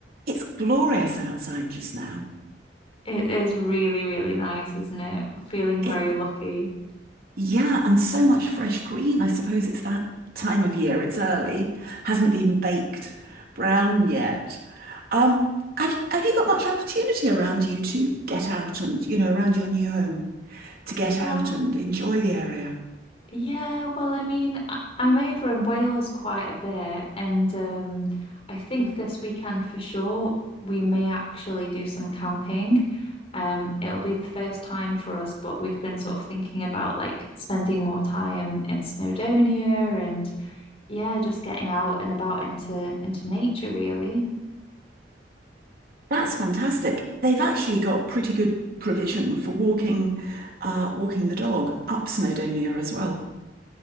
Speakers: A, on the right; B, on the left.
A: It's glorious outside just now.
B: It is really, really nice, isn't it? Feeling very
A: It,
B: lucky.
A: yeah, and so much fresh green. I suppose it's that time of year. It's early, hasn't been baked brown yet. Um, have have you got much opportunity around you to get out and, you know, around your new home to get
B: Well,
A: out and enjoy the area?
B: yeah, well, I mean, I- I'm over in Wales quite a bit, and um, I think this weekend for sure we may actually do some camping. Um, it'll be the first time for us, but we've been sort of thinking about like spending more time in Snowdonia and yeah, just getting out and about into into nature, really.
A: That's fantastic. They've actually got pretty good provision for walking, uh, walking the dog up Snowdonia as well.